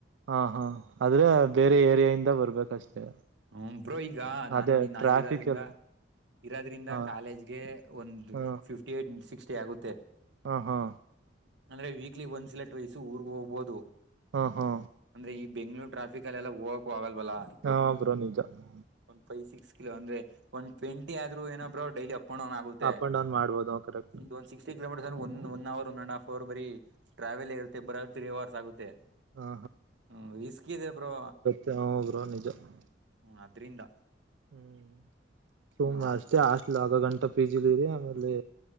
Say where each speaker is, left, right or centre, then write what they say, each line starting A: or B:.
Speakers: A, on the right; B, on the right.
A: ಹಾ, ಹಾ ಆದ್ರೆ ಬೇರೆ ಏರಿಯ ಇಂದ ಬರ್ಬೇಕಷ್ಟೇ.,
B: ಹ್ಮ, ಬ್ರೋ ಈಗ ನಾ
A: ಅದೇ
B: ನಾ
A: ಟ್ರಾಫಿಕ್
B: ಇರೋದ್ರಿಂದ
A: ಎಲ್ಲ
B: ಇರೋದ್ರಿಂದ
A: ಹಾ
B: ಕಾಲೇಜ್ಗೆ ಒಂದು
A: ಹ್ಮ
B: ಫಿಫ್ಟಿ ಏಟ್ ಸಿಕ್ಸ್ಟಿ ಆಗುತ್ತೆ.
A: ಹಾ, ಹಾ
B: ಅಂದ್ರೆ ವೀಕ್ಲಿ ಒಂದ್ಸಲಲೆಟ್ <unintelligible> ವಯಸ್ ಊರ್ಗೆ ಹೋಗಬಹುದು.
A: ಹಾ, ಹಾ
B: ಅಂದ್ರೆ ಈ ಬೆಂಗಳೂರು ಟ್ರಾಫಿಕ್ಲಿಲ್ಲಿ ಹೋಗಕ್ ಆಗಲ್ವಲ್ಲ.
A: ನಾಬ್ರೋ ನಿಜ <unintelligible>
B: ಒನ್ ಫೈವ್ ಸಿಕ್ಸ್ ಕಿಲೋ ಅಂದ್ರೆ ಒನ್ ಟ್ವೆಂಟಿ ಆದ್ರುಏನಬ್ರೋ ಡೈಲಿ ೋನ ಆಗುತ್ತೆ್ಮ
A: ಅಪ್ ಅಂಡ್ ಡೌನ್ ಮಾಡ್ಬೋದು ಕರೆಕ್ಟ್
B: <unintelligible> ಒಂದು sixty kilometre one hour one and half hour ಬರೆಟ್ರ್ಯಾವೆಲ್ ಇರುತ್ತೆ. ಬರಿತ್ರೀ ಅವರ್ ಆಗುತ್ತೆ.
A: ಹಾ
B: ಹ್ಮ ಇಸ್ಕಿದೆ ಬ್ರೋ
A: ತಗರ ನಿಜ <unintelligible>
B: ಹ್ಮ್ ಅದ್ರಿಂದ
A: ಹ್ಮ್ ಸೋಮವಸ್
B: ಹ್ಮ್
A: ಆಷ್ಟ <unintelligible> ಇಲ್ ಆಗ ಗಂಟಾ ಪಿ. ಜಿ ಲಿರಿ ಆಮೇಲೆ